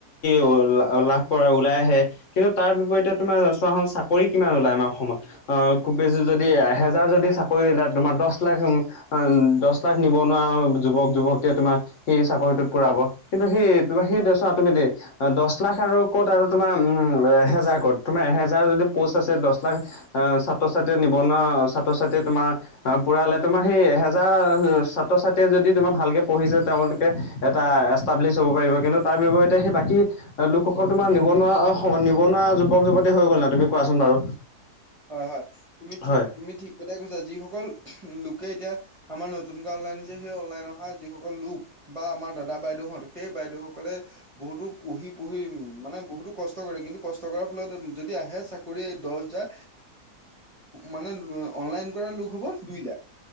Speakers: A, on the left (about 55°); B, on the right (about 30°).
A: <unintelligible>
B: হয়
A: লাভ
B: হয়
A: কৰা ওলাই আহে কিন্তু তাৰ বিপৰীতে
B: হয়
A: তোমাৰ চোৱা চোন চাকৰি কিমান ওলাই আমাৰ অসমত। অঁ, খুব বেছি যদি এহেজাৰ যদি চাকৰি ওলাই তোমাৰ দহ লাখ দহ লাখ নিবনুৱা যুৱক-যুৱতীয়ে তোমাৰ সেই চাকৰিটোত পোৰাব। কিন্তু সেই তোমাৰ
B: হয়
A: সেইটো চোৱা তুমি দেই, দহ লাখ আৰু ক'ত আৰু তোমাৰ উম এহেজাৰ ক'ত, তোমাৰ এহেজাৰ যদি প'ষ্ট আছে দহ লাখ আহ' ছাত্ৰ-ছাত্ৰীয়ে নিবনুৱা ছাত্ৰ-ছাত্ৰীয়ে তোমাৰ আঁহ' পুৰালে তোমাৰ সেই এহেজাৰ ছাত্ৰ-ছাত্ৰীয়ে যদি তোমাৰ ভালকে পঢ়িছে তেওঁলোক এটা এষ্টাব্লিছ হ'ব পাৰিব কিন্তু তাৰ বিপৰীতে সেই বাকী লোকসকল তোমাৰ নিবনুৱা নিবনুৱা যুৱক-যুৱতী হৈ গ'ল নাই। তুমি কোৱাচোন বাৰু?
B: হয় হয়, তুমি ঠিক,
A: হয়
B: তুমি ঠিক কথাই কৈছা। যিসকল লোকে এতিয়া- আমাৰ নতুনকে অনলাইন হৈছে সেই অনলাইন অহা যিসকল লোক- বা আমাৰ দাদা বাইদেউহত, সেই বাইদেউ সকলে- বহুতো পঢ়ি পঢ়ি মানে বহুতো কষ্ট কৰে কিন্তু কষ্ট কৰাৰ ফলত যদি আহে চা কৰি দহ হাজাৰ মানে অনলাইন কৰা লোক হ'ব দুই লাখ,